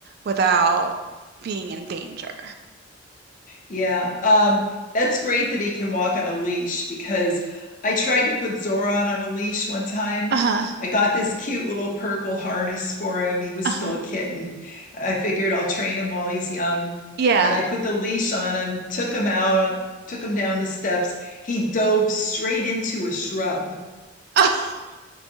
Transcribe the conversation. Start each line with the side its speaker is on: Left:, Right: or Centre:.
Right: without being in danger.
Left: Yeah. Um, that's great that he can walk on a leash because I tried to put Zoran on a leash one time.
Right: Uh-huh.
Left: I got this cute little purple harness for him. He was
Right: Uh-huh.
Left: still a kitten. I figured I'll train him while he's young.
Right: Yeah.
Left: And I put the leash on him, took him out, took him down the steps. He dove straight into a shrub. <laughs>
Right: <laughs>